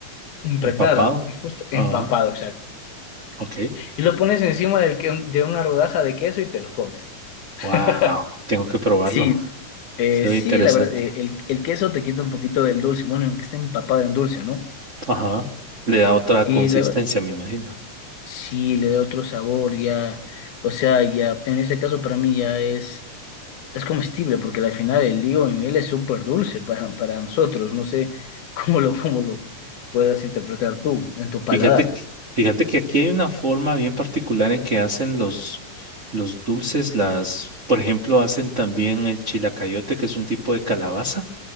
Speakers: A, on the left; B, on the right.
A: impregnada,
B: empapado.
A: y justo
B: Ajá,
A: empapado, exacto.
B: ok.
A: Y lo pones encima del que, de una rodaja de queso y te lo comes. <laughs>
B: Wow, tengo que probarlo.
A: Sí, eh,
B: Se ve
A: sí,
B: interesante.
A: la verdad, eh, el, el queso te quita un poquito del dulce, bueno, aunque esté empapado en dulce, ¿no?
B: Ajá, le da otra
A: Y
B: consistencia,
A: la,
B: me imagino.
A: Sí, le da otro sabor, ya, o sea, ya, en este caso para mí ya es, es comestible, porque al final el higo y miel es súper dulce para, para nosotros, no sé <laughs> cómo lo, cómo lo puedas interpretar tú en tu paladar.
B: Fíjate, que- fíjate que aquí hay una forma bien particular en que hacen los, los dulces, las, por ejemplo, hacen también el chilacayote, que es un tipo de calabaza